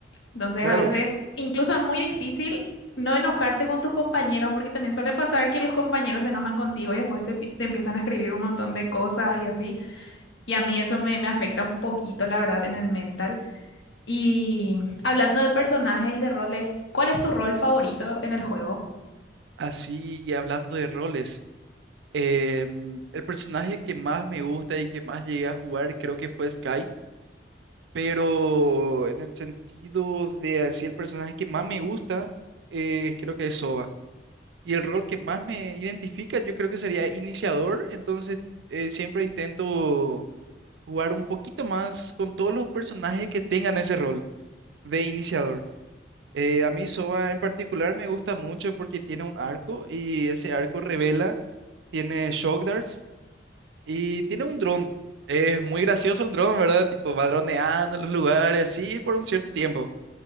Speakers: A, on the left (about 80°); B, on the right (about 75°).
A: Entonces,
B: claro,
A: a veces incluso es muy difícil no enojarte con tus compañeros, porque también suele pasar que los compañeros se enojan contigo y después te, pi- te empiezan a escribir un montón de cosas y así. Y a mí eso me, me afecta un poquito, la verdad, en el mental. Y hablando de personajes y de roles, ¿cuál es tu rol favorito en el juego?
B: así y hablando de roles, em, el personaje que más me gusta y que más llegué a jugar creo que fue Sky, pero en el sentido de así el personaje que más me gusta, eh, creo que es Sova. Y el rol que más me identifica, yo creo que sería iniciador, entonces eh, siempre intento jugar un poquito más con todos los personajes que tengan ese rol de iniciador. Eh, a mí Sova en particular me gusta mucho porque tiene un arco y ese arco revela, tiene shock darts y tiene un dron. Es muy gracioso el dron, ¿verdad? Tipo va droneando en los lugares así por un cierto tiempo.